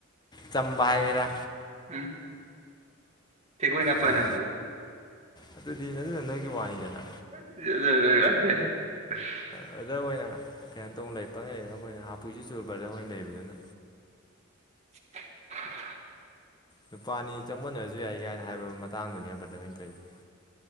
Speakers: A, on the left (about 20°); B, on the right (about 35°).
A: ꯆꯝꯕ ꯍꯥꯏꯒꯦꯔꯥ
B: ꯎꯝ ꯊꯦꯛꯀꯣꯏ ꯅꯀꯣꯏ
A: ꯈꯪ
B: ꯍꯥꯏꯕꯗꯤ
A: ꯑꯗꯨꯗꯤ ꯑꯗꯨꯗꯨꯅ ꯅꯣꯏꯒꯤ ꯋꯥꯅꯤꯗꯅ
B: <unintelligible> <inaudible>
A: ꯕ꯭ꯔꯗꯔ ꯑꯣꯏꯅ ꯀꯩꯅꯣ ꯇꯧꯅ ꯂꯩ ꯄꯪ ꯂꯩ ꯑꯩꯈꯣꯏꯅ ꯍꯥꯄꯨꯁꯨ ꯆꯨꯕ ꯕ꯭ꯔꯗꯔ ꯑꯣꯏꯅ ꯂꯩꯕꯗꯨꯅ
B: <unintelligible>
A: ꯅꯨꯄꯥꯅꯤ ꯆꯃꯣꯠꯅꯔꯁꯨ ꯌꯥꯏ ꯀꯥꯏꯅ ꯍꯥꯏꯕ ꯃꯇꯥꯡꯗꯨꯅꯦ ꯕ꯭ꯔꯗꯔ ꯍꯣꯏꯅ ꯇꯧꯋ